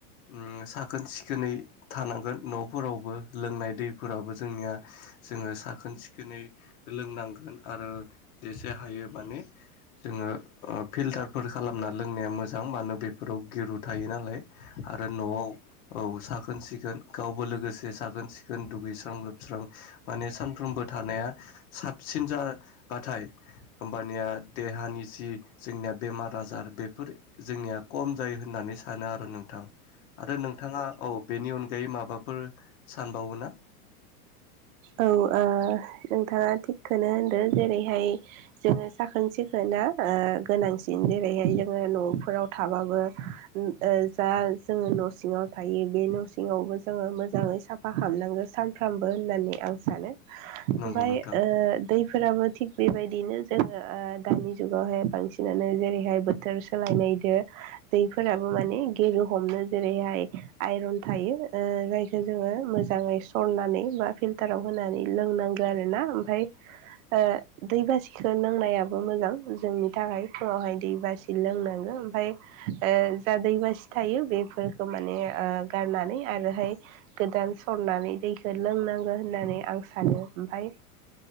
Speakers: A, on the left; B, on the right.
A: ओम साखोन सिखोनै थानांगोन नफोरावबो लोंनाय दै फोराबो जोंनिया जोङो साखोन सिखोनै लोंनांगोन आरो जेसे हा हायो माने‌ जोङो ओ फिलटारफोर खालामना लोंनाया मोजां माने बेफोराव गिरु थायो नालाय आरो नआव औ साखोन सिखोन गावबो लोगोसे साखोन सिखोन दुगैस्रां लोबस्रां माने सानफ्रोमबो थानाया आं साबसिन जाबाथाय होमबानिया देहानि जि जोंनिया बेमार आजार बेफोर जोंनिया खम जायो होननानै सानो आरो नोंथां आरो नोंथाङा औ बेनि अन अनगायै माबाफोर सानबावोना?
B: औ ओ नोंथाङा थिग खौनो होनदों जेरैहाय जोङो साखोन सिखोना ओ ओ गोनांसिन जेरैहाय जोङो न'फोराव थाबाबो ओ जा जोङो न' सिङाव थायो बे न' सिङावबो जोङो मोजाङै साफा खालामनांगौ सान सानफ्रामबो होननानै आं सानो ओमफ्राय
A: नंगौ नोंथां
B: ओ दैफोराबो थिग बेबायदिनो जोङो ओ दानि जुगावहाय बांसिनानो जेरैहाय बोथोर सोलायनायजों दैफोराबो माने गेरु हमनो जेरैहाय आयरन थायो जायखौ जोङो मोजाङै सु सरनानै बा फिल्टाराव होनानै लोंनांगौ आरोना ओमफ्राय ओ दै बासिखौ लोंनायाबो मोजां जोंनि थाखाय फुङावहाय दैबासि लोंनांग गो ओमफ्राय ओ जा दैबासि थायो बेफोरखौ माने ओ गारनानै आरोहाय गोदान सरनानै दैखौ लोंनांगौ होननानै आं सानो ओमफ्राय